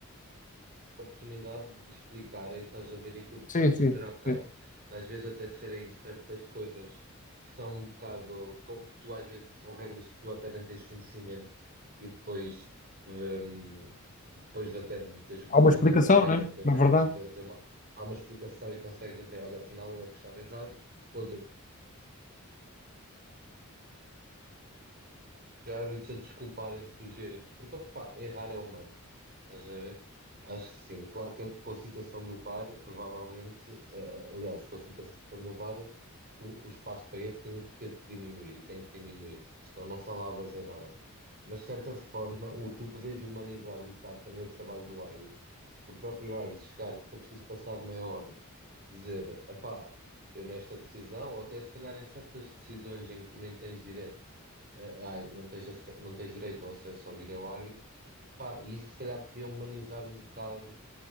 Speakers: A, on the right (about 45°); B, on the left (about 35°).
A: oportunidade de explicarem, estás a ver aquilo que tu
B: Sim,
A: estavas
B: sim,
A: a dizer há bocado,
B: sim.
A: às vezes até serem certas coisas que são um bocado, co- que tu às vezes são regras que tu até nem tens conhecimento e depois. hum, depois de até de teres o conhecimento
B: Há uma explicação,
A: da regra,
B: né?
A: tu até
B: Na verdade.
A: podes fazer uma, há uma explicação e consegues até, olha, ao final eu é que estava errado, outro árbitros a desculparem-se dos erros, porque opá, errar é humano, estás a ver? Acho que sim, claro que com a situação do VAR, provavelmente, eh, eh, aliás, com a situação do VAR, o, o espaço para erro tem, teve que diminuir e tem que diminuir, senão não está lá a fazer nada. Mas de certa forma, o tu podes humanizar um bocado também o trabalho do árbitro, o próprio árbitro chegar e se for preciso passar de meia hora, dizer, epá, eu nesta decisão, ou até se calhar em certas decisões em que tu nem tens direito eh, ai, não tens, ace- não tens direito ao acesso ao vídeo-árbitro. Pá, e isso se calhar podia humanizar um bocado